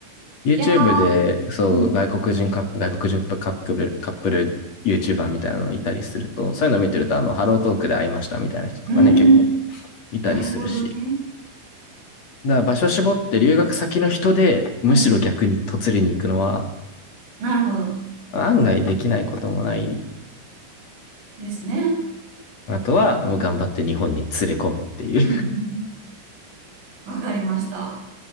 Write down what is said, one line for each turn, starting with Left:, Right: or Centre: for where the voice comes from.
Left: YouTube
Right: いやー、
Left: で、そう、
Right: うん、
Left: 外国人カップ、外国人カップル、カップル YouTuber みたいなのいたりすると、そういうの見てると、あの、ハロートークで会いましたみたいな人とかね、
Right: うん、
Left: 結構
Right: うん
Left: いたりするし。
Right: なるほどね。
Left: だから場所絞って留学先の人で、むしろ逆に嫁りに行くのは、
Right: うん、なるほど
Left: 案外できないこともない。
Right: ですね。
Left: あとは、もう頑張って日本に連れ込むっていう
Right: うん、うん、うんわかりました。